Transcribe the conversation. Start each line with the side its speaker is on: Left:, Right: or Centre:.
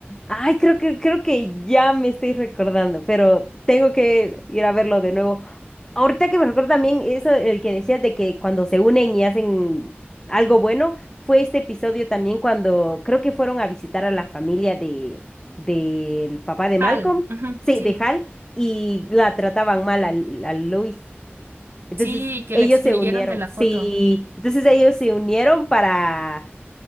Left: Ay, creo que, creo que ya me estoy recordando, pero tengo que ir a verlo de nuevo. Ahorita que me recuerdo también eso, el que decías de que cuando se unen y hacen algo bueno, fue este episodio también cuando creo que fueron a visitar a la familia de del papá de
Right: Tal,
Left: Malcolm,
Right: ujú,
Left: sí,
Right: sí,
Left: de Hal, y la trataban mal al- a, Luis. Entonces
Right: sí, que
Left: ellos
Right: la excluyeron
Left: se unieron,
Right: de la
Left: sí,
Right: foto.
Left: entonces ellos se unieron para,